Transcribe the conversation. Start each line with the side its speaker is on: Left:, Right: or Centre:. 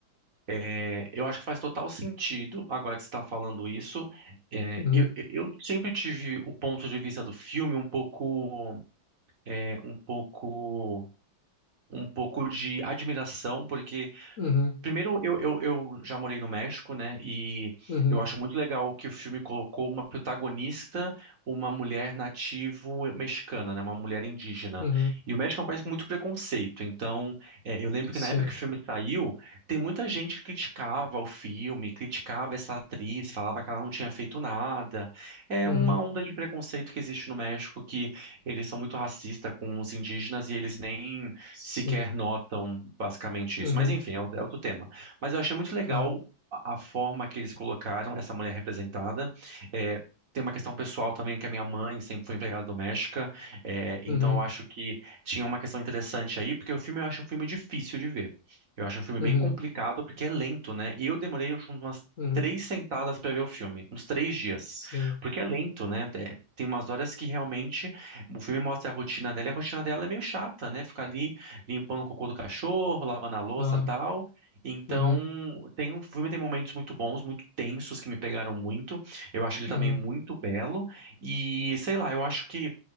Right: É, eu acho que faz total sentido agora que você está falando isso. É,
Left: uhum,
Right: eu, eu eu sempre tive o ponto de vista do filme um pouco, é, um pouco, um pouco de admiração, porque
Left: uhum,
Right: Primeiro, eu, eu, eu já morei no México, né? E
Left: uhum,
Right: eu acho muito legal que o filme colocou uma protagonista, uma mulher nativo mexicana, né? Uma mulher indígena.
Left: uhum.
Right: E o México é um país com muito preconceito. Então, é, eu lembro
Left: Sim,
Right: que na época que o filme saiu, tem muita gente que criticava o filme, criticava essa atriz, falava que ela não tinha feito nada. É
Left: uhum,
Right: uma onda de preconceito que existe no México, que eles são muito racistas com os indígenas e eles nem
Left: sim,
Right: sequer notam basicamente
Left: uhum,
Right: isso. Mas enfim, é outro é outro tema. Mas eu achei muito legal
Left: claro,
Right: a a forma que eles colocaram essa mulher representada. É, tem uma questão pessoal também, que a minha mãe sempre foi empregada doméstica, é, então
Left: uhum,
Right: eu acho que tinha uma questão interessante aí, porque o filme eu acho um filme difícil de ver. Eu acho um filme
Left: uhum,
Right: bem complicado, porque é lento, né? E eu demorei acho, umas
Left: uhum,
Right: três sentadas para ver o filme, uns três dias,
Left: sim,
Right: porque é lento, né? É, Tem umas horas que realmente o filme mostra a rotina dela, e a rotina dela é meio chata, né? Ficar ali limpando o cocô do cachorro, lavando a louça,
Left: claro,
Right: tal. Então,
Left: uhum,
Right: tem um filme tem momentos muito bons, muito tensos que me pegaram muito. Eu acho ele
Left: uhum,
Right: também muito belo e sei lá, eu acho que